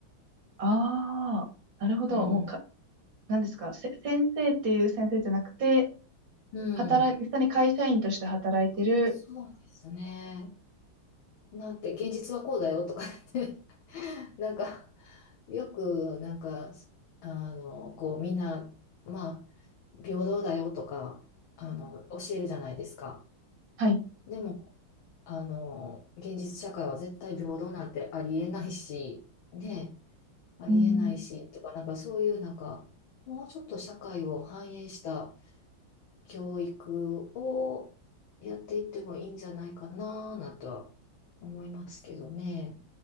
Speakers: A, on the right; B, on the left.
A: ああ、なるほど。
B: うん。
A: もうか、何ですか。せ、先生っていう先生じゃなくて、
B: うん。
A: 働い、実際に会社員として働いてる。
B: そうですね。なんて、現実はこうだよとか言って <laughs> なんか、よく、なんか、あの、こう、みんな、まあ、平等だよとか、あの、教えるじゃないですか。
A: はい。
B: でも、あの、現実社会は絶対平等なんてありえないし、ね、ありえないし、
A: うん。
B: とか、なんかそういう、なんか、もうちょっと社会を反映した教育をやっていってもいいんじゃないかな、なんとは思いますけどね。